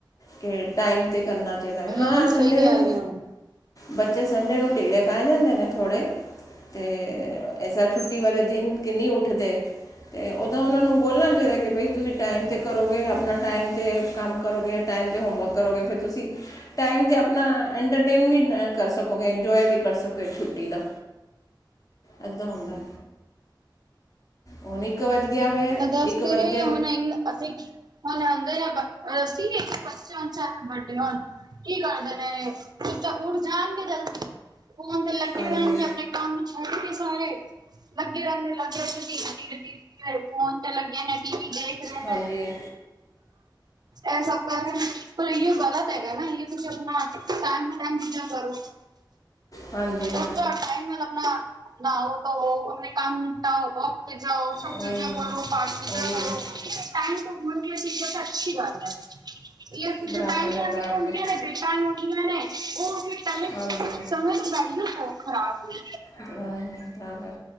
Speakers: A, on the left; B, on the right.
A: ਕੇ ਟਾਈਮ ਤੇ ਕਰਨਾ ਚਾਈਦਾ,
B: ਹੂੰ
A: ਹਾਂ
B: ਸਹੀ
A: ਸੰਡੇ
B: ਕਹਿ
A: ਨੂੰ
B: ਰਹੇ ਹੋ
A: ਬੱਚੇ ਸੰਡੇ ਨੂੰ ਢਿੱਲੇ ਪੈ ਜਾਂਦੇ ਨੇ ਥੋੜ੍ਹੇ। ਤੇ ਐਸਾ ਛੁੱਟੀ ਵਾਲੇ ਦਿਨ ਕਿ ਨੀ ਉੱਠਦੇ। ਤੇ ਉਦਾਂ ਉਨਾਂ ਨੂੰ ਬੋਲਣਾ ਚਾਈਦਾ, ਕਿ ਬਾਈ ਤੁਸੀਂ ਟਾਈਮ ਤੇ ਕਰੋਗੇ ਆਪਣਾ ਟਾਈਮ ਤੇ ਕੰਮ ਕਰੋਗੇ ਯਾ ਟਾਈਮ ਤੇ ਹੋਮਵਰਕ ਕਰੋਗੇ, ਫੇਰ ਤੁਸੀਂ ਟਾਈਮ ਤੇ ਨਾ ਐੰਟਰਟੇਨਮੇਂਟ ਵੀ ਕਰ ਸਕੋਗੇ, ਇੰਜੋਏ ਵੀ ਕਰ ਸਕੋਗੇ ਛੁੱਟੀ ਦਾ। ਐਦਾ ਹੁੰਦਾ। ਹੁਣ ਇੱਕ ਵੱਜ ਗਿਆ। ਵੇ
B: ਐ ਦਸ
A: ਇੱਕ
B: ਤੇ
A: ਵੱਜ
B: ਰੇ
A: ਗਿਆ
B: ਹੁਣ ਆ ਅਸੀਂ ਹੁਨ ਆਂਦੇ ਨੇ ਬ ਰਸੀ <unintelligible> ਬੱਚੇ ਹੋਨ ਚਾਏ ਬਡੇ ਹੋਨ। ਕੀ ਕਰਦੇ ਨੇ ਉੱਠ ਜਾਣਗੇ ਜਲਦੀ, ਫੋਨ ਤੇ ਲਗੇ
A: ਹਾਂਜੀ
B: ਰੇਣਗੇ ਅ ਕਾਮ ਛੋਡ ਕੇ ਸਾਰੇ ਲੱਗੇ ਰਿੰਦੇ ਲੱਗੇ ਰਿੰਦੇ ਧੀਰੇ-ਧੀਰੇ, ਧੀਰੇ। ਫੋਨ ਤੇ ਲੱਗੇ ਨੇ ਟੀ ਵੀ ਦੇਖ ਰਹੇ
A: ਹਾਂਜੀ
B: ਨੇ ਇਹ ਸਭ ਕਰ ਰੈ ਨੇ। ਪਰ ਇਓ ਗ਼ਲਤ ਹੈਗਾ ਨਾ ਇਓ ਤੁਸੀਂ ਆਪਣਾ ਟੈਮ ਟੂ ਟੈਮ ਚੀਜ਼ਾਂ ਕਰੋ।
A: ਹਾਂਜੀ <unintelligible>
B: ਉੱਠੋ ਟਾਈਮ ਨਾਲ ਆਪਣਾ ਨਾਓ ਤੋਵੋ ਆਪਣੇ ਕੰਮ ਨਿਪਟਾਓ ਵੋਕ ਤੇ ਜਾਓ ਸਭ
A: ਉਹੀ
B: ਚੀਜ਼ਾਂ ਕਰੋ ਪਾਠ ਪੂਜ਼ਾਂ
A: ਉਹੀ
B: ਕਰੋ ਟਾਈਮ ਤੇ ਹੋਨ ਗਿਆ ਚੀਜ਼ਾਂ ਤਾਂ ਅਛੀ ਗੱਲ ਐ। <unintelligible>
A: ਬਰਾਬਰ
B: ਟਾਈਮ ਨਾਲ
A: ਹੈ ਬਰਾਬਰ
B: ਨੀ ਹੁੰਦੀਆਂ ਨੇ ਬੇ ਟਾਈਮ ਹੁੰਂਦੀਆਂ ਨੇ ਓ ਅਸੀ <unintelligible>
A: ਹਾਂਜੀ
B: ਖਰਾਬ ਏ।
A: ਬ ਬਰਾਬਰ